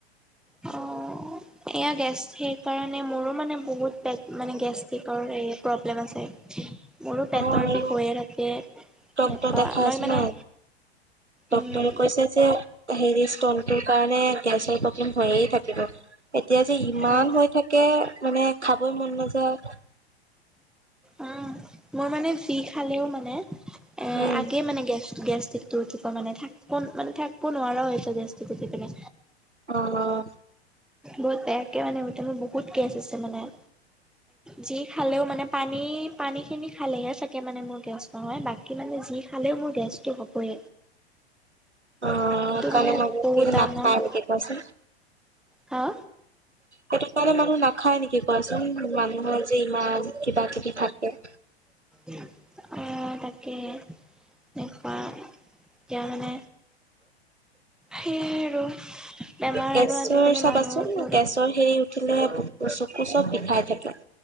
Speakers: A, in the centre; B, on the right.
A: অ'। এয়া গেছ সেই কাৰণে মোৰো মানে বহুত পেট মানে গেষ্টিকৰ হেৰি প্ৰব্লেম আছে। মোৰো পেটৰ
B: অ আৰু
A: বিষ হৈয়েই থাকে। এনেকুৱা
B: ডক্তৰ দেখাই
A: মই
B: আছো
A: মানে
B: ন। ডক্তৰে
A: উম,
B: কৈছে যে হেৰি ষ্টনটোৰ কাৰণে গেছৰ প্ৰব্লেম হৈয়েই থাকিব এতিয়া যে ইমান
A: অ',
B: হৈ থাকে কে মানে খাবই মন নাযায়
A: অ মই মানে যি খালেও মানে এ
B: উম
A: আগেই মানে গেছ গেছ উঠি পিনে মানে থাকব মানে থাকিব নোৱাৰা হৈ যাওঁ গেষ্টিক উঠি পিনে
B: অহ
A: বহুত বেয়াকে মানে উঠে মোৰ বহুত গেছ আছে মানে যি খালেও মানে পানী পানী খিনি খালেহে চাগে মানে মোৰ গেছ নহয় বাকী মানে যি খালেও মোৰ গেছটো হ'বই
B: অ সেইকাৰণে
A: মানে
B: মই বহুখিনি
A: বহুত ডাঙৰ
B: নাখাওঁ এনেকে কোৱাচোন
A: হা
B: সেইটো কাৰণে মানুহ নাখায় নেকি কোৱাচোন মানুহৰ যে ইমান কিবা কিবি থাকে
A: উম অ তাকে এনেকুৱা এতিয়া মানে সেয়াই আৰু বেমাৰ
B: গেছৰ
A: আৰু আজিকালি
B: চাবাচোন
A: মানুহৰ
B: গেছ হেৰি উঠিলে চকু চব বিষাই থাকে